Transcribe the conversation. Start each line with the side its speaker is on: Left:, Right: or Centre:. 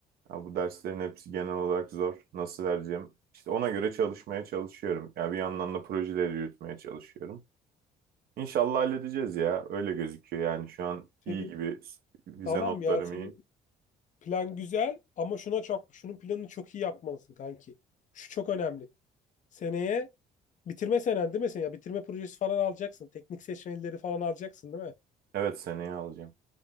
Right: Ya bu derslerin hepsi genel olarak zor. Nasıl vereceğim? İşte ona göre çalışmaya çalışıyorum. Ya bir yandan da projeleri yürütmeye çalışıyorum. İnşallah halledeceğiz ya. Öyle gözüküyor yani şu an
Left: Senin
Right: iyi gibi. Vize
Left: tamam
Right: notlarım
Left: ya senin
Right: iyi.
Left: plan güzel ama şuna çok şunun planını çok iyi yapmalısın kanki. Şu çok önemli. Seneye bitirme senen değil mi sen? Ya bitirme projesi falan alacaksın. Teknik seçmelileri falan alacaksın değil mi?
Right: Evet seneye alacağım.